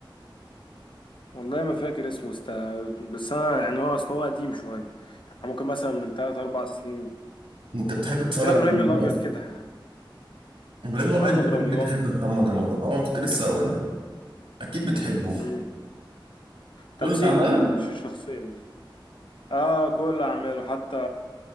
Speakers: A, on the left; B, on the right.
A: والله ما فاكر اسمه است... بس انا يعني هو اصل هو قديم شويه يعني ممكن مثلا من 3 4 سنين
B: انت بتحب تتفرج
A: زي
B: على
A: ابراهيم
B: مين
A: الابيض
B: اصلا
A: كده
B: ابراهيم الابيض
A: محمد
B: يبقى
A: رمضان
B: اكيد بتحب محمد رمضان اه كنت لسه هقول لك اكيد بتحبه
A: مم. تمثيل
B: كل اعماله
A: مش الشخصيه دي اه كل اعماله حتى